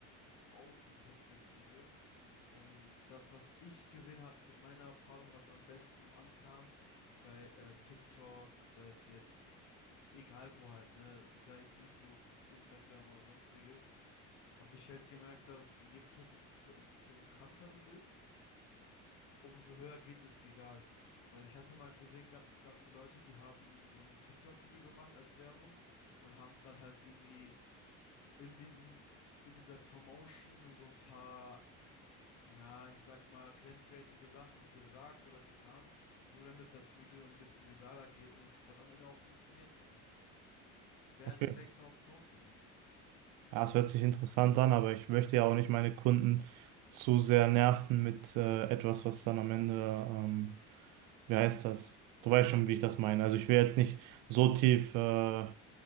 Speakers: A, on the left; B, on the right.
A: Außenperspektive. Und das, was ich gesehen habe mit meiner Erfahrung, was am besten ankam bei äh, TikTok, sei es jetzt, e- egal wo halt, ne, sei es YouTube, Instagram oder sonstiges, habe ich halt gemerkt, dass je provo pr provokanter du bist, umso höher geht es viral. Weil ich hatte mal gesehen gehabt, es gab so Leute, die haben so ein TikTok-Video gemacht als Werbung und haben dann halt irgendwie in diesen, in dieser Promotion so ein paar ja, ich sag mal, grenzwertige Sachen gesagt oder getan, nur damit das Video ein bisschen viraler geht und es hat am Ende auch funktioniert, so, ne? Wäre
B: Okay.
A: halt vielleicht eine Option für dich.
B: Ja, es hört sich interessant an, aber ich möchte ja auch nicht meine Kunden zu sehr nerven mit äh, etwas, was dann am Ende, ähm, wie heißt das? Du weißt schon, wie ich das meine. Also ich will jetzt nicht so tief äh,